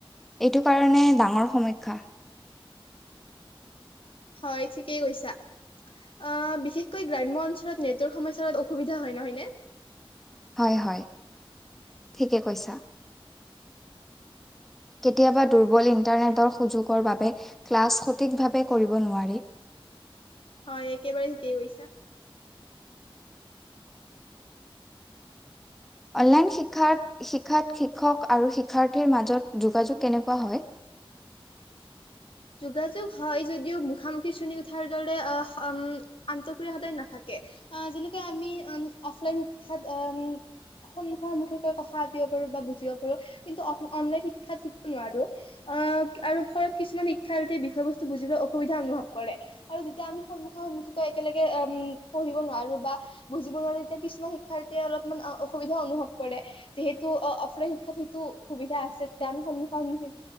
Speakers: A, in the centre; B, on the left (about 65°).
A: এইটো কাৰণে ডাঙৰ সমখ্যা।
B: হয় ঠিকেই কৈছা, অ', বিশেষকৈ গ্ৰাম্য অঞ্চলত নেটৱৰ্ক সমস্যাৰ অসুবিধা হয়, নহয়নে?
A: হয়, হয়, ঠিকে কৈছা। কেতিয়াবা দুৰ্বল ইণ্টাৰনেটৰ সুযোগৰ বাবে ক্লাছ সঠিকভাৱে কৰিব নোৱাৰি।
B: হয় একেবাৰে কি কৈছা?
A: অনলাইন শিক্ষাত-শিক্ষাত শিক্ষক আৰু শিক্ষাৰ্থীৰ মাজত যোগাযোগ কেনেকুৱা হয়?
B: যোগাযোগ হয় যদিও মুখামুখি শ্ৰেণীকোঠাৰ দৰে আ, আন্তকীয়তা সদায় নাথাকে আ, যেনেকৈ আমি উম, অফলাইন শিক্ষাত সন্মুখা সন্মুখিকৈ কথা পাতিব পাৰোঁ বা বুজিব পাৰোঁ কিন্তু অফ অনলাইন শিক্ষাত শিকো নোৱাৰোঁ আহ, আৰু ফলত কিছুমান শিক্ষাৰ্থীয়ে বিষয় বস্তু বুজিবলৈ অসুবিধা অনুভৱ কৰে আৰু যেতিয়া আমি সন্মুখা সন্মখীকৈ একেলগে অম, পঢ়িব নোৱাৰোঁ বা বুজিব নোৱাৰোঁ তেতিয়া কিছুমান শিক্ষাৰ্থীয়ে অলপমান অসুবিধাও অনুভৱ কৰে যিহেতু অফলাইন শিক্ষাত সেইটো সুবিধা আছে যে আমি সন্মুখ সন্মুখী